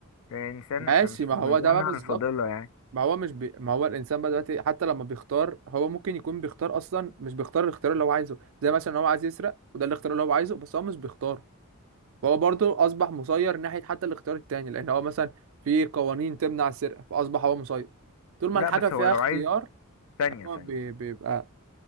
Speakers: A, on the left (about 65°); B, on the right (about 60°).
A: الانسان
B: ماشي
A: احنا مش في
B: ما هو
A: المدينة
B: ده بقى بالظبط
A: الفاضلة يعني
B: ما هو مش بي... ما هو الانسان بقى دلوقتي حتى لما بيختار هو ممكن يكون بيختار اصلا مش بيختار الاختيار اللي هو عايزه زي مثلا هو عايز يسرق وده الاختيار اللي هو عايزه بس هو مش بيختاره فهو برضه اصبح مسير ناحيه حتى الاختيار التاني لان هو مثلا في قوانين تمنع السرقه فاصبح هو مسير طول ما
A: لا
B: الحاجه
A: بس
B: فيها
A: هو لو
B: اختيار
A: عايز ثانية
B: هو
A: ثانية
B: بي...
A: ثانية
B: بيبقى